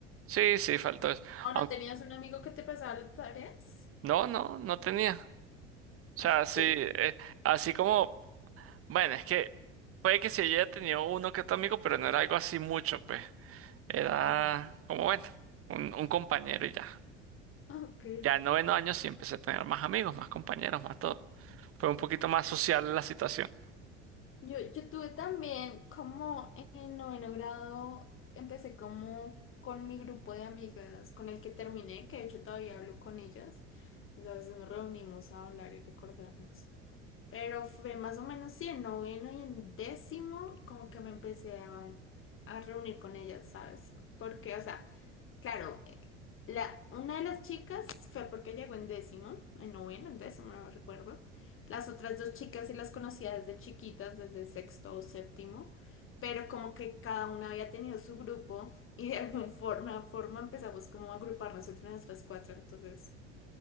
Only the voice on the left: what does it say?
¿O
no tenías un amigo que te pasaba las tareas?
<laughs>
Ah, Ok.
Ajá.
Ok.
Yo, yo tuve también como en noveno grado, empecé como con mi grupo de amigas con el que terminé, que de hecho todavía hablo con ellas. Entonces nos reunimos a hablar y recordarnos. Pero fue más o menos sí, en noveno y en décimo como que me empecé a, a reunir con ellas, ¿sabes? Porque, o sea, Claro, eh, la, una de las chicas fue porque llegó en décimo, en noveno, en décimo, no recuerdo. Las otras dos chicas sí las conocía desde chiquitas, desde sexto o séptimo, pero como que cada una había tenido su grupo <laughs> y de alguna forma, forma empezamos como a agruparnos entre nuestras cuatro, entonces